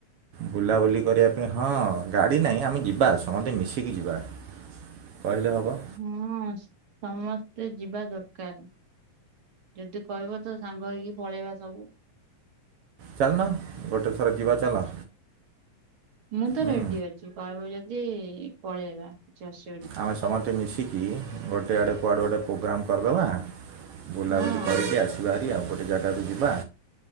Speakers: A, on the right; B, on the right.
A: ବୁଲାବୁଲି କରିବା ପାଇଁ ହଁ ଗାଡ଼ି ନାହିଁ ଆମେ ଯିବା ସମତେ ମିଶିକି ଯିବା। କହିଲେ ହବ।
B: ହଁ ସମସ୍ତେ ଯିବା ଦରକାର। ଯଦି କହିବ ତ ସାଙ୍ଗ ହେଇକି ପଳେଇବା ସବୁ।
A: ଚାଲୁନ ଗୋଟେ ଥର ଯିବା ଚାଲ।
B: ମୁଁ ତ
A: ହୁଁ
B: ରେଡି ଅଛି କହିବ ଯଦି ପଳେଇବା କିଛି ଅସୁ
A: ଆମେ ସମତେ ମିଶିକି ଗୋଟେ ଆଡ଼େ କୁଆଡ଼ୁ ଗୋଟେ ପୋଗ୍ରାମ୍ କରିଦବା। ବୁଲାବୁଲି
B: ହଁ
A: କରିକି ଆସିବା ଭାରି ଆଉ ଗୋଟେ ଜାଗାକୁ ଯିବା।